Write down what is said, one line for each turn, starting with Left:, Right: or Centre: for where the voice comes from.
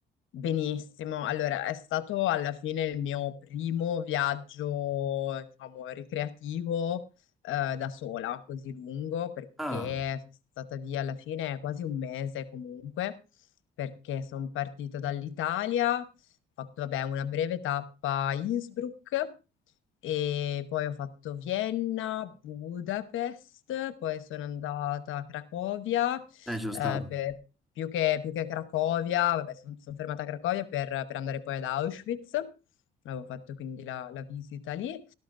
Left: Benissimo, allora è stato alla fine il mio primo viaggio, diciamo, ricreativo eh, da sola, così lungo, perché
Centre: Ah,
Left: sono stata via alla fine quasi un mese comunque, perché sono partita dall'Italia, ho fatto vabbè, una breve tappa a Innsbruck e poi ho fatto Vienna, Budapest, poi sono andata a Cracovia,
Centre: eh, ci sono
Left: eh,
Centre: stato.
Left: per- più che, più che a Cracovia, vabbè, sono fermata a Cracovia per, per andare poi ad Auschwitz, avevo fatto quindi la, la visita lì,